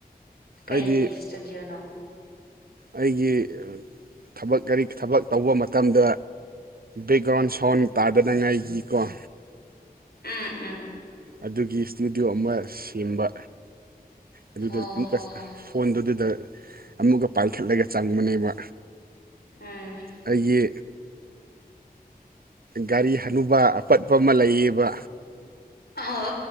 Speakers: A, on the left; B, on the right.
A: ꯀꯩꯒꯤ
B: ꯍꯥꯏꯗꯤ
A: ꯏꯁꯇꯗꯤꯑꯣꯅꯣ
B: ꯑꯩꯒꯤ ꯊꯕꯛ ꯀꯔꯤ ꯊꯕꯛ ꯇꯧꯕ ꯃꯇꯝꯗ ꯕꯦꯛꯒ꯭ꯔꯥꯎꯟ ꯁꯥꯎꯟ ꯇꯥꯗꯅꯤꯉꯥꯏꯒꯤꯀꯣ
A: ꯑꯝ ꯑꯝ
B: ꯑꯗꯨꯒꯤ ꯏꯁꯇꯨꯗꯤꯑꯣ ꯑꯃ ꯁꯦꯝꯕ ꯑꯗꯨꯗ
A: ꯍꯣ
B: ꯑꯃꯨꯛꯀ
A: ꯍꯣ ꯍꯣꯏ
B: ꯐꯣꯟꯗꯨꯗ ꯑꯃꯨꯛꯀ ꯄꯥꯏꯈꯠꯂꯒ ꯆꯪꯕꯅꯦꯕ
A: ꯎꯝ
B: ꯑꯩꯒꯤ ꯒꯥꯔꯤ ꯍꯅꯨꯕꯥ ꯑꯄꯠꯄ ꯑꯃ ꯂꯩꯌꯦꯕ
A: ꯑꯣ